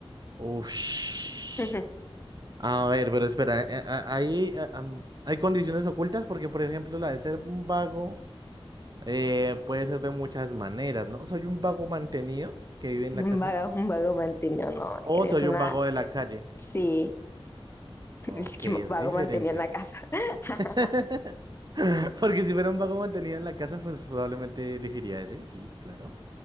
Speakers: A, on the right (about 45°); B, on the left (about 25°).
A: Ush.
B: <laughs>
A: A ver, pero espera, eh, a- ahí eh, am, hay condiciones ocultas porque, por ejemplo, la de ser un vago eh, puede ser de muchas maneras, ¿no? Soy un vago mantenido que vive en
B: Un
A: la casa
B: vago, un vago mantenido, no,
A: o
B: eres
A: soy
B: una,
A: un vago de la calle.
B: sí,
A: Ok,
B: <laughs> es que
A: es
B: vago
A: diferente.
B: mantenido en la casa. <laughs>
A: <laughs> Porque si fuera un vago mantenido en la casa, pues probablemente elegiría ese, sí, claro.